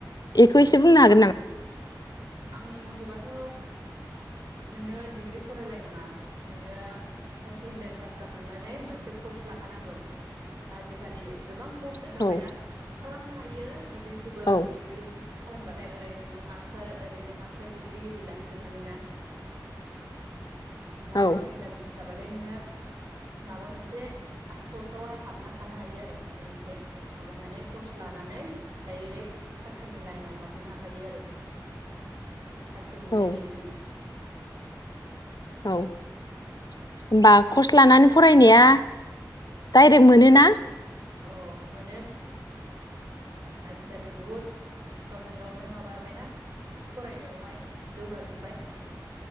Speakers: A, on the left; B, on the right.
A: एखौ एसे बुंनो हागोन
B: आं
A: नामा
B: आंनि मथेबाथ' नोङो डिग्रि फरायलायनाङा नोङो हाय सेकेणडारि पास जाखांनानै मोनसे कर्स लाखानांगौ आजिखालि गोबां कर्स ओंखारबायना
A: नामा औ
B: खालामनो हायो बियो दिग्रिखौबो
A: औ
B: दिग्रि खालामबाथाय ओरै नोङो मास्टार ओरैजाय मास्टार दिडिग्रि ओरि लाहैजोबनांगोन ना ओमफाय
A: औ
B: हायेर सेकेनदारि जाबाथाय नोङो माबा मोनसे कर्सआवहाय हाबना थानो हायो आरो माबा मोनसे माबानानै कर्स लानानै डाइरेक्ट साख्रिनि लाइनाव हाबहैनो हाखायो आरो साख्रि मोननाय
A: औ
B: बायदि
A: औ बा खस लानानै फरायनाया डाइरेक्ट मोनो ना
B: अ मोनो आजिखालि बहुद गावजों गावनो माबाबायना फरायनायावहाय जौगाजोब्बाय